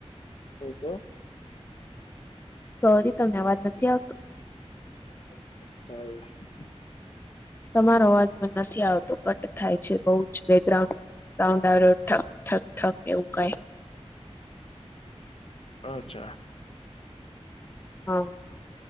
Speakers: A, on the left (about 60°); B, on the left (about 20°).
A: હું તો
B: સોરી તમને અવાજ નથી આવતો
A: <unintelligible>
B: તમારો અવાજમાં પણ નથી આવતો કટ થાય છે બઉ જ બેકગ્રાઉન્ડ કઉડાર ઠક ઠક ઠક એવું કઈ
A: અચ્છા
B: હા